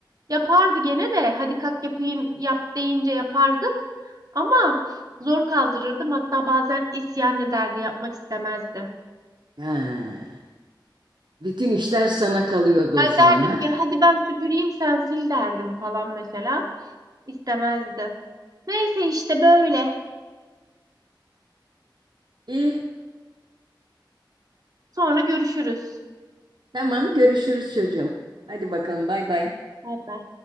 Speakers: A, on the right; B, on the right.
A: Yapardı gene de hadi kalk yapayım yap deyince yapardık. Ama zor kaldırırdım. Hatta bazen isyan ederdi, yapmak istemezdi.
B: Ha, bütün işler sana kalıyordu o zaman
A: Derdim
B: ha?
A: ki hadi ben süpüreyim sen sil derdim falan mesela. İstemezdi. Neyse işte böyle.
B: İyi.
A: Sonra görüşürüz.
B: Tamam görüşürüz çocuğum. Hadi bakalım bay bay.
A: Bay bay.